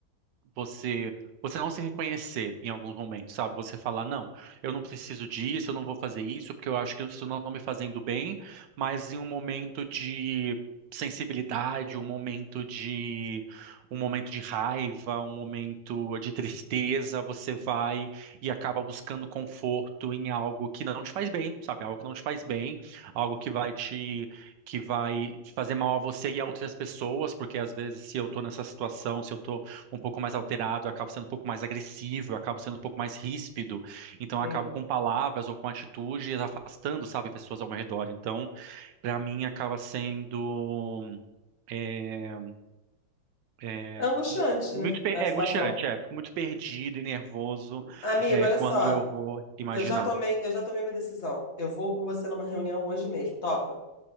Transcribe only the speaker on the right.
você você não se reconhecer em alguns momentos, sabe? Você falar, não, eu não preciso disso, eu não vou fazer isso, porque eu acho que isso não está me fazendo bem, mas em um momento de sensibilidade, um momento de um momento de raiva, um momento de tristeza, você vai e acaba buscando conforto em algo que não te faz bem, sabe? Algo que não te faz bem, algo que vai te que vai fazer mal a você e a outras pessoas, porque às vezes se eu tô nessa situação, se eu tô um pouco mais alterado, eu acabo sendo um pouco mais agressivo, eu acabo sendo um pouco mais ríspido. Então, eu
acabo com palavras ou com atitudes afastando, sabe, pessoas ao meu redor. Então, para mim, acaba sendo é, é,
hum, muito
pe-
é,
angustiante, é. Fico muito perdido e nervoso
é,
quando
eu vou imaginar.